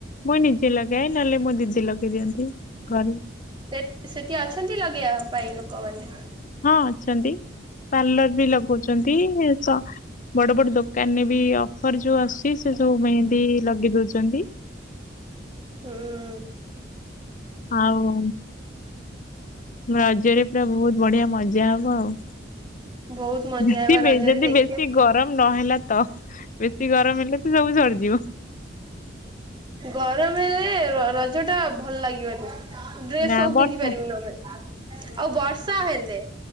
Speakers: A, on the left; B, on the right.
A: ମୁଁ ନିଜେ ଲଗାଏ ନହେଲେ ମୋ ଦିଦି ଲଗେଇ ଦିଅନ୍ତି ଘରେ।
B: ସେ-ସେଠି ଅଛନ୍ତି ଲଗେଇବା ପାଇଁ ଲୋକମାନେ?
A: ହଁ ଅଛନ୍ତି। ପାର୍ଲର ବି ଲଗୋଉଚନ୍ତି ସ ବଡ ବଡ ଦୋକାନରେ ବି ଅଫର ଯୋଉ ଆସୁଚି ସେ ସବୁ ମେହେନ୍ଦି ଲଗେଇ ଦୋଉଚନ୍ତି।
B: ହୁଁ।
A: ଆଉ ରଜରେ ପୁରା ବୋହୁତ ବଢିଆ ମଜା ହବ ଆଉ।
B: ବହୁତ ମଜା
A: ଯଦି
B: ହବ
A: ବେ
B: ରଜରେ
A: ଯଦି
B: ଦେଖିବା
A: ବେସି ଗରମ ନହେଲା ତ, ବେଶୀ ଗରମ ହେଲେ ତ ସବୁ ସରିଯିବ।
B: ଗରମ ହେଲେ ରଜଟା ଭଲ ଲାଗିବନି। ଡ୍ରେସ୍
A: ନା
B: ସବୁ
A: ବର୍ଷା
B: ପିନ୍ଧି ପାରିବୁନୁ ଆମେ। ଆଉ ବର୍ଷା ହେଲେ